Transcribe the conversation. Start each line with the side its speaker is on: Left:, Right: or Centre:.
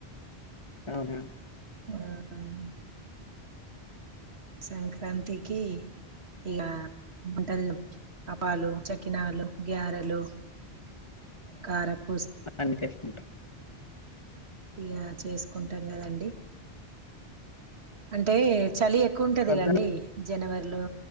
Left: అవునా
Right: ఉమ్ సంక్రాంతికి ఇగ వంటలు అపాలు చక్కినాలు గ్యారెలు కారప్
Left: బండికేసుకుంటాం
Right: యా చేసుకుంటాం కదండి అంటే చలి ఎక్కువ ఉంటది
Left: ప్రొద్దున
Right: కండి జనవరిలో